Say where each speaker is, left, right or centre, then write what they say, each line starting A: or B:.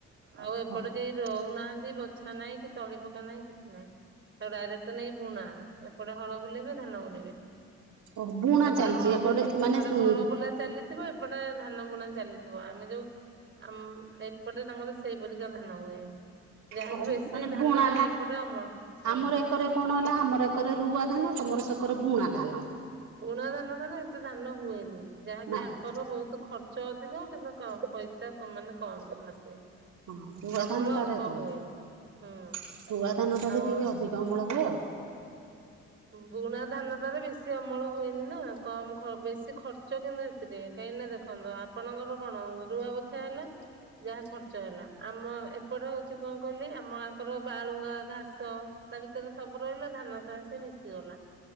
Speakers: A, on the right; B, on the right.
A: ଓ
B: ଆଉ ଏପଟେ
A: ଓ
B: କେହି ରହୁନାହାନ୍ତି। ବଛା ନାଇଁ କି ତଳି ପକା ନାଇଁ କିଛି ନାଇଁ ଡାଇରେକ୍ଟ ନେଇ ବୁଣା ଏପଟେ ହଳ ବୁଲେଇବେ ଧାନ ବୁଣିବେ।
A: ଓ ବୁଣା
B: ଏପଟେ
A: ଚାଲିଛି
B: ହଳ
A: ଏକଡେ
B: ବୁଲା
A: ମାନେ
B: ଏପଟେ ହଳ ବୁଲା ଚାଲିଥିବ ଏପଟେ ଧାନ ବୁଣା ଚାଲିଥିବ ଆମେ ଯୋଉ ଆମ ଏପଟେ ତାଙ୍କର ସେଇପରିିକା ଧାନ ହୁଏ। ଯାହାକ
A: ଓହୋ
B: ବେଶୀ
A: ମାନେ
B: ଧାନ
A: ବୁଣା
B: ଏପଟେ ଅମଳ ହୁଁ।
A: ଆମର ଏକରେ କଣ ହେଲା ଆମର ଏକରେ ରୁଆ ଧାନ ତମର ସେକରେ ବୁଣା ଧାନ।
B: ବୁଣା ଧାନଟାରେ ଏତେଧାନ ହୁଏନି ଯାହାକି
A: ନା
B: ଆଙ୍କର
A: ହଁ
B: ବହୁତ ଖର୍ଚ୍ଚ ଚ ଅଧିକ କିନ୍ତ କ ପଇସା ମାନେ କମ୍ ଆସେ।
A: ହଁ ରୁଆ
B: ଅମଳ
A: ଧାନ ଟାରେ
B: ଅଳ୍ପ ହୁଏ ହୁଁ
A: ଶୁଆ ଧାନ ଟାରେ
B: ଆଉ
A: ଟିକେ ଅଧିକ ଅମଳ ହୁଏ ଆଉ।
B: ବୁଣା ଧାନଟାରେ ବେଶୀ ଅମଳ ହୁଏନି ନା କମ୍ ବେଶୀ ଖର୍ଚ୍ଚ କିନ୍ତୁ ଏଥିରେ କ ଏନାଦେଖନ୍ତ ଆପଣଙ୍କର କଣ ରୁଆ ବଛା ହେଲା। ଯାହା ଖର୍ଚ୍ଚ ହେଲା ଆମ ଏପଟେ ହଉଛି କଣ କହିଲି ଆମଙ୍କର ବାଳୁଙ୍ଗା ଘାସ ତା ଭିତରେ ସବୁ ରହିଲା ଧାନ ଫ ସେ ମିଶିଗଲା